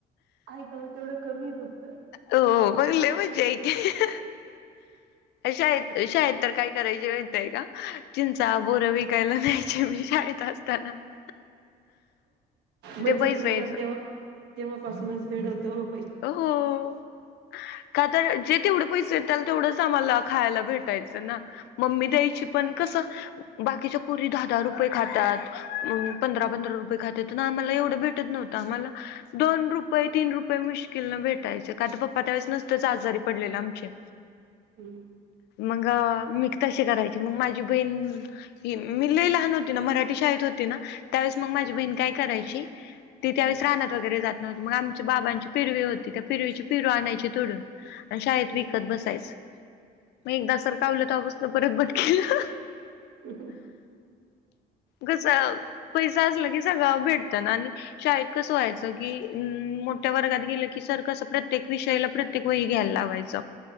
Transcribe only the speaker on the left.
हो मग लई मज्जा येते शाळेत शाळेत तर काय करायची माहित आहे का चिंचा बोरं विकायला न्यायची मी शाळेत टास्क आलं <unintelligible>
पैसे
यायचं.
हो हो का तर जे तेवढे पैसे येतल तेवढंच आम्हाला खायला भेटायचं ना मम्मी द्यायची पण कसं बाकीच्या पुरी दहा दहा रुपये खातात पंधरा पंधरा रुपये खातात तर आम्हाला एवढं भेटत नव्हत आम्हाला दोन रुपये तीन रुपये प्प मुश्किल न भेटायचं का तर पप्पा त्यावेळेस नसतंच आजारी पडलेलं आमचे
मग मी तशी करायचे मग माझी बहीण ह मी लई लहान होती ना मराठी शाळेत होती ना त्यावेळेस मग माझी
बहीण काय करायची ति. त्यावेळेस
रानात वगैरे जात नव्हते मग आमच्या बाबां पिरवी होती त्या पिरवीची पिरू आणायची तोडून आणि शाळेत
विकत बसायच मी एकदा सर कावलं तेव्हापासन परत बंद केलं.
कस <unintelligible> पैसा असला की सगळं भेटत ना आणि शाळेत कसं व्हायचं की त्या वर्गात गेल की सर कस प्रत्येक विषयाला प्रत्येक वही घ्यायला लावायच